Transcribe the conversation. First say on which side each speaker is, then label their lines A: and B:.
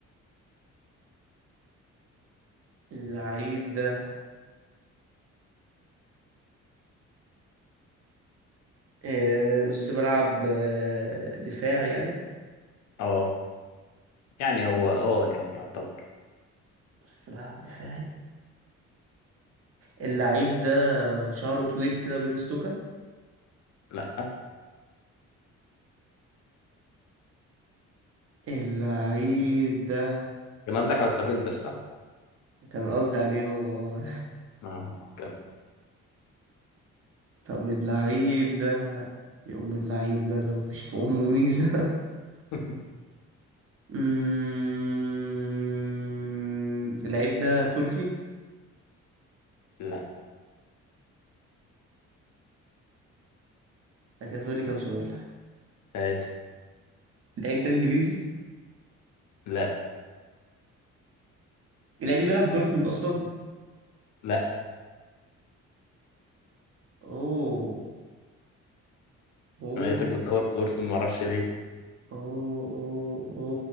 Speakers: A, on the right; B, on the left.
A: اللعيب ده آه، نص ملعب آه، دفاع يعني
B: اه يعني هو اه يعني يعتبر
A: نص ملعب دفاعي اللعيب ده شعره طويل كده بيلبس توكة
B: لا
A: اللعيب ده
B: كان قصدك على سافيتزر صح؟
A: كان قصدي عليه هو
B: اه كمل
A: <laughs> طب اللعيب ده يا أم اللعيب ده اللي مفيش في أمه ميزة <laughs>
B: <laughs>
A: أمم، اللعيب ده تركي
B: لا
A: أنا كده فاضل لي كام سؤال
B: هات
A: اللعيب ده إنجليزي
B: لا
A: اللعيب ده بيلعب في دورتموند أصلا
B: لا
A: أوه أوه
B: أنا لقيتك بتدور في دورتموند معرفش ليه
A: اوه اوه اوه